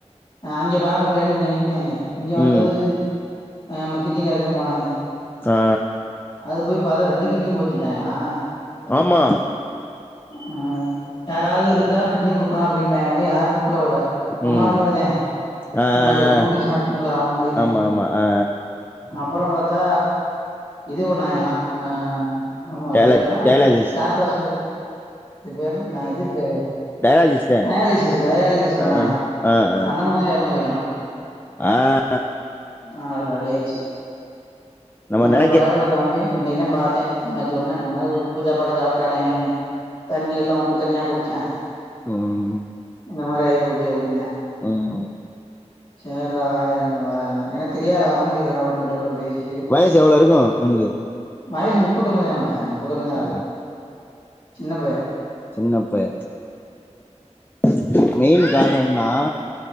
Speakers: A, on the left; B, on the left.
A: அங்க பாக்க முடியாதுன்னு இங்க அனுப்பிட்டாங்கயே இங்க வந்தது
B: ம்
A: ஆமா கிட்னிக்காரதா போனாங்கயே
B: ஆ
A: அது போய் பாத்தா ரெண்டு கிட்னியு போச்சுன்டாங்களா
B: ஆமா
A: அ யாராவது இருந்தா கிட்னி குடுக்கலா அப்டின்ப கூட யாரு குடுக்கல்ல போல நம்மாள்
B: ம்
A: மாரிதே
B: ஆ
A: நம்ம
B: ஆ
A: நோட்டீஸ்ல்லா அடுச்சம்முல்ல அவன மாரியேதே
B: ஆமா அ அ
A: அப்புறம் பாத்தா இது பண்ணாங்கிளா அ ஆமா அது
B: டயலா
A: பேர் என்ன
B: டயலாஜிஸ்
A: லேப்ரோ ஸ்கோப் இது பேர் என்ன நா இது பே
B: டயலாஜிஸ் தா
A: டயாலிசிஸ்ஸு டயாலிசிஸ்ஸு பண்ணாங்கிளா
B: ஆ ஆ ஆ
A: பண்ணம்போதே எறந்து போயிட்டான்னா
B: ஆ
A: ஆள் காலி ஆயிருச்சு
B: நம்ம
A: அந்த
B: நெனைக்க
A: பயலோட தம்பி அன்னைக்கு தாம் பாத்தே இந்த மாரி சொன்னா அந்த மாரி ஒரு உப்பு சாப்பாடா சாப்டானே தண்ணி எல்லா உப்பு தண்ணியா குடுச்சா
B: ம்
A: இந்த மாரி ஆயிப்போச்சு அப்டின்னா
B: ம் ம்
A: சேர்றா எனக்குத் தெரியாது டா வர முடில டா அப்டின் சொல்ட்டு அப்புறம் பேசிட்டு
B: வயசு எவ்ளோ இருக்கு அவனுக்கு
A: வயசு முப்பத்தொண்ணு தா மச்சா முப்பத்தொண்ணு தா ஆவுது
B: ஆ
A: சின்ன பய
B: சின்னப்பய <inaudible> மெயின் காரணோன்னா